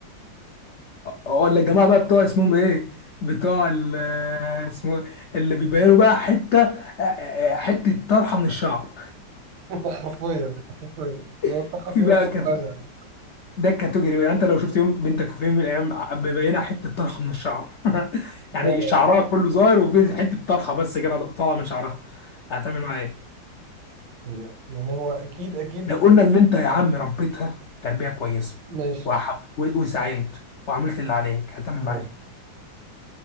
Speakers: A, on the left; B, on the right.
A: ولا الجماعه بقى بتوع اسمهم ايه بتوع ال- اسمه إيه؟ اللي بيبينوا بقى حته آه، آه، آه، حته طرحه من الشعر
B: <laughs> حرفيا حرفيا لو
A: <laughs>
B: انت
A: في
B: في
A: بقى
B: نص
A: كان
B: دماغها
A: ده كاتوجري بقى يعني انت لو شفت يوم بنتك في يوم من الايام آه، مبينه حته طرحه من الشعر <laughs>
B: لا
A: يعني
B: لا
A: شعرها كله ظاهر وفي حته طرحه بس كده طالعه من شعرها هتعمل معاها ايه
B: لا يعني هو اكيد اكيد
A: لو قلنا ان انت يا عم ربيتها تربيه كويسه
B: ماشي
A: وح- و- وسعيت وعملت اللي عليك هتعمل
B: ماشي
A: معاها ايه